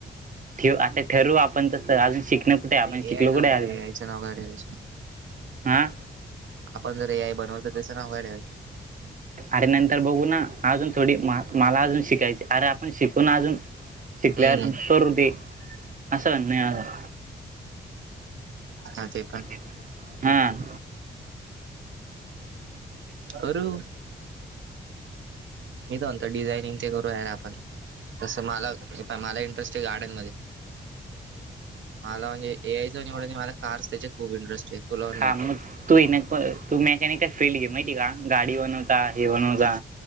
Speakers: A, on the right; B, on the right.
A: ठेव आंता ठरूं आपणं तसं अजूंन शिकणं कुठे आपण
B: नाहीं
A: शिकलो
B: ए आय
A: कुठे
B: ला म्हणतो
A: अजून
B: ए आयचं नावग ए आयचं
A: हा
B: आपणं जरं एक आय बनवलं तरं तेचं तरं लंय अवघडं आहे
A: अरे नंतर बघूं नां अजूंन थोडी मला अजूंन शिकायची अरे आपणं शिकूंन अजूंन शिकल्यांवरं
B: हम्म
A: करूं ते असं म्हंणन आहे माझं
B: हां ते कणं
A: हम्मं
B: हळू मीत म्हणंतो डिझायनिंग ते करूंया नां आपणं जसं मलां पणं मलां इंटरेस्ट आहे गार्डन मध्यें मलां म्हणजे ए आयचं निवडूंन मलां कार्स त्यांच्यात खूंप इंडस्ट्री आहे तुलां पणं
A: हा
B: माहिती
A: मग
B: आहे
A: तू ये तू मेकॅनिकल फील्ड घे माहिती आहे कां गांडी बनवतां हे बनवतां